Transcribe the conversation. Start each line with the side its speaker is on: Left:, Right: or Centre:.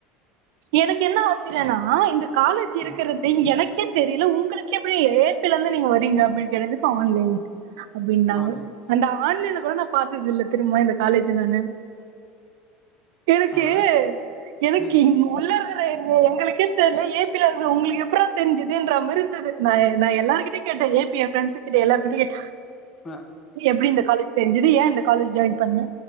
Right: எனக்கு என்ன ஆச்சுறேன்னா இந்த காலேஜ் இருக்கத
Left: ம்
Right: எனக்கு என் தெரியல உங்களுக்கு எப்படி ஏப்பில இருந்து நீங்க வரீங்க அப்படின்னு கேட்டேன் ஆன்லைன் அப்படின்னாங்க
Left: ஆன்லைன்
Right: அந்த ஆன்லைன்ல கூட ப பா்த்ததில்ல தும் காலேஜ் நானு எனக்கு
Left: அதெல்லா
Right: எனக்கு
Left: ம்
Right: உள்ள இருக்கற எங்க எனக்கே ஏபில இருக்கிற உங்களுக்கு எப்படி தெரிஞ்சது என்ற இருந்தது நான் நான் எல்லாவற்றையும் கேட்டேன்
Left: ஆ
Right: நீ எப்படி இந்த காலேஜ் செஞ்சது ஏன் இந்த காலேஜ் ஜாயின் பண்ண